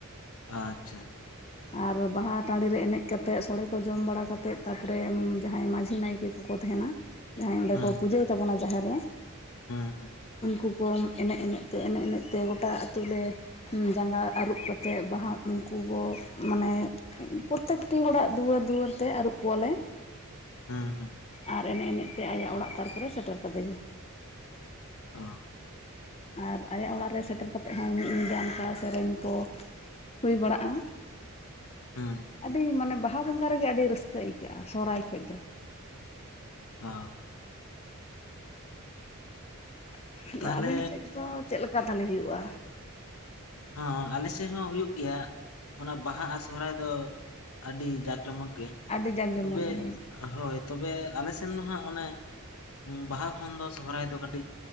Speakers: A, on the left (about 80°); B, on the left (about 30°).
A: ᱟᱪᱪᱷᱟ
B: ᱟᱨ ᱵᱟᱦᱟ ᱴᱟᱺᱰᱤ ᱨᱮ ᱮᱱᱮᱡ ᱠᱟᱛᱮ ᱥᱚᱲᱮ ᱠᱚ ᱡᱚᱢ ᱵᱟᱲᱟ ᱠᱟᱛᱮᱫ ᱛᱟᱯᱚᱨᱮ ᱡᱟᱦᱟᱸᱭ ᱢᱟᱺᱡᱷᱤ ᱱᱟᱭᱠᱮ ᱠᱚᱠᱚ ᱛᱟᱦᱮᱱᱟ, ᱡᱟᱦᱟᱸᱭ ᱚᱸᱰᱮ
A: ᱦᱮᱸ
B: ᱠᱚ ᱯᱩᱡᱟᱹᱭ ᱛᱟᱵᱚᱱᱟ ᱡᱟᱦᱮᱨ ᱨᱮ᱾
A: ᱦᱮᱸ ᱦᱮᱸ
B: ᱩᱱᱠᱩ ᱠᱚᱢ ᱮᱱᱮᱡ ᱮᱱᱮᱡ ᱛᱮ ᱮᱱᱮᱡ ᱮᱱᱮᱡ ᱛᱮ ᱜᱚᱴᱟ ᱟᱛᱩ ᱞᱮ, ᱡᱟᱸᱜᱟ ᱟᱹᱨᱩᱵ ᱠᱟᱛᱮᱫ ᱵᱟᱦᱟ ᱩᱱᱠᱩ ᱠᱚ ᱢᱟᱱᱮ ᱯᱚᱨᱛᱮᱠᱴᱤ ᱦᱚᱲᱟᱜ ᱫᱩᱣᱟᱹᱨ ᱫᱩᱣᱟᱹᱨ ᱛᱮ ᱟᱹᱨᱩᱵ ᱠᱚᱣᱟᱞᱮ᱾
A: ᱦᱮᱸ ᱦᱮᱸ
B: ᱟᱨ ᱮᱱᱮᱡ-ᱮᱱᱮᱡ ᱛᱮ ᱟᱭᱟᱜ ᱚᱲᱟᱜ ᱛᱟᱨᱯᱚᱨᱮ ᱥᱮᱴᱮᱨ ᱠᱟᱫᱮ ᱜᱮ
A: <unintelligible>
B: ᱟᱨ ᱟᱭᱟᱜ ᱚᱲᱟᱜ ᱨᱮ ᱥᱮᱴᱮᱨ ᱠᱟᱛᱮ ᱦᱚᱸ ᱢᱤᱫ ᱧᱤᱫᱟᱹ ᱚᱱᱠᱟ ᱥᱮᱨᱮᱧ ᱠᱚ <inaudible> ᱦᱩᱭ ᱵᱟᱲᱟᱜᱼᱟ <inaudible>
A: ᱦᱮᱸ ᱦᱮᱸ
B: ᱟᱹᱰᱤ ᱢᱟᱱᱮ ᱵᱟᱦᱟ ᱵᱚᱸᱜᱟ ᱨᱮᱜᱮ ᱟᱹᱰᱤ ᱨᱟᱹᱥᱠᱟᱹ ᱟᱹᱭᱠᱟᱹᱜᱼᱟ ᱥᱚᱦᱨᱟᱭ ᱠᱷᱚᱡ ᱫᱚ
A: <unintelligible>
B: <unintelligible>
A: ᱛᱟᱦᱚᱞᱮ
B: ᱟᱵᱮᱱ ᱴᱷᱮᱡ ᱫᱚ ᱪᱮᱫ ᱞᱮᱠᱟ ᱛᱟᱦᱚᱞᱮ ᱦᱩᱭᱩᱜᱼᱟ
A: ᱦᱚᱸ ᱦᱚᱸ ᱟᱞᱮ ᱥᱮᱫ ᱦᱚᱸ ᱦᱩᱭᱩᱜ ᱜᱮᱭᱟ ᱚᱱᱟ ᱵᱟᱦᱟ ᱟᱨ ᱥᱚᱦᱨᱟᱭ ᱫᱚ ᱟᱹᱰᱤ ᱡᱟᱠ ᱡᱚᱢᱚᱠ ᱜᱮ
B: ᱟᱹᱰᱤ ᱡᱟᱠ ᱡᱚᱢᱚᱠ
A: ᱛᱚᱵᱮ
B: ᱜᱮ ᱦᱳᱭ
A: ᱦᱳᱭ ᱛᱚᱵᱮ ᱟᱞᱮ ᱥᱮᱱ ᱫᱚ ᱦᱟᱸᱜ ᱚᱱᱮ ᱵᱟᱦᱟ ᱠᱷᱚᱱ ᱫᱚ ᱥᱚᱦᱨᱟᱭ ᱫᱚ ᱠᱟᱹᱴᱤᱡ